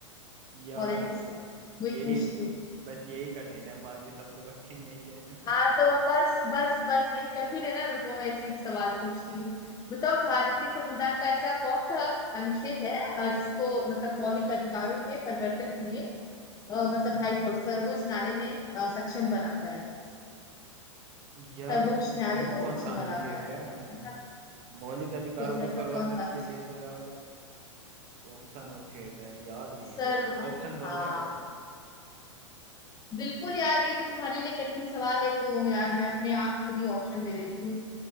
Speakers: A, on the right; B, on the left.
A: यार
B: पॉलिटिक्स में वही
A: यही
B: पूछती
A: बस यही कठिन है बाकी सब तो कठिन नहीं है <laughs>
B: हाँ तो बस बस बस ये कठिन है ना रुको मैं इसी सवाल पूछती हूँ बताओ भारतीय संविधान का ऐसा कौन सा अनुच्छेद है अ, जिसको मतलब मौलिक अधिकारों के परिवर्तन के लिए अ, मतलब
A: हम्म।
B: हाई कोर्ट सर्वोच्च न्यायालय ने अ, सक्षम बनाता है मुझे
A: यार
B: सर्वोच्च न्यायालय
A: वो
B: को
A: कौन
B: सक्षम
A: सा अनुच्छेद
B: बनाता है
A: है
B: ऐसा
A: मौलिक अधिकारों
B: सोचो
A: के
B: ऐसा
A: प्रवर्तन
B: कौन सा अनुच्छेद
A: के लिए तो यार कौन सा अनुच्छेद है याद नहीं
B: सर्व
A: है मेरे को ऑप्शन दोगे
B: हाँ बिल्कुल यार ये तो तुम्हारे लिए कठिन सवाल है तो यार मैं अपने आप खुद ही ऑप्शन दे देती हूँ